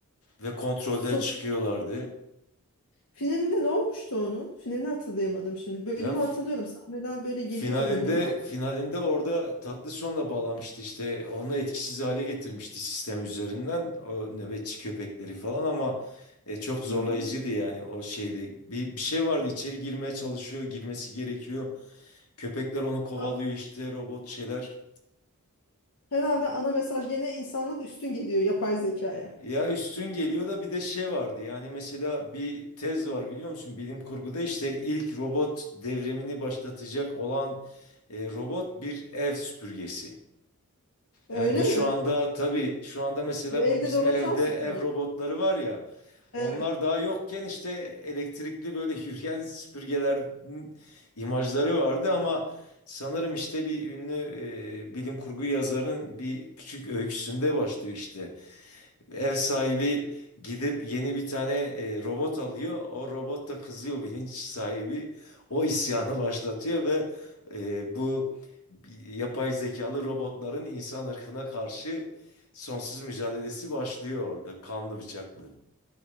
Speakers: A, on the left (about 80°); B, on the left (about 70°).
A: ve kontrolden
B: so-
A: çıkıyorlardı.
B: Finalinde ne olmuştu onun? Finalini hatırlayamadım şimdi. Bölümü
A: Yani
B: hatırlıyorum. Sahneler böyle geliyor
A: Finalinde
B: önüme ama.
A: finalinde orada tatlı sonla bağlamıştı işte onu etkisiz hale getirmişti sistem üzerinden o nöbetçi köpekleri falan ama e, çok zorlayıcıydı
B: Hı hı.
A: yani o şeyde bir, bir şey vardı içeri girmeye çalışıyor girmesi gerekiyor köpekler onu kovalıyor
B: A-
A: işte robot şeyler
B: Herhalde ana mesaj gene insanlık üstün geliyor yapay zekaya.
A: ya üstün geliyor da bir de şey vardı yani mesela bir tez var biliyor musun bilim kurguda işte ilk robot devrimini başlatacak olan e, robot bir ev süpürgesi.
B: Öyle
A: Yani bu
B: mi?
A: şu anda tabii şu anda mesela
B: Ve Evet.
A: bu bizim
B: evde dolaşan
A: evde
B: süpürge.
A: ev robotları var ya.
B: Evet.
A: Onlar daha yokken işte elektrikli böyle <laughs> yürüyen süpürgelerin imajları vardı ama sanırım işte bir ünlü e, bilim kurgu yazarının bir küçük öyküsünde başlıyor işte. Ev sahibi gidip yeni bir tane e, robot alıyor. O robot da kızıyor <laughs> bilinç sahibi. O isyanı <laughs> başlatıyor ve e, bu yapay zekalı robotların insan ırkına karşı sonsuz mücadelesi başlıyor orada. Kanlı bıçaklı.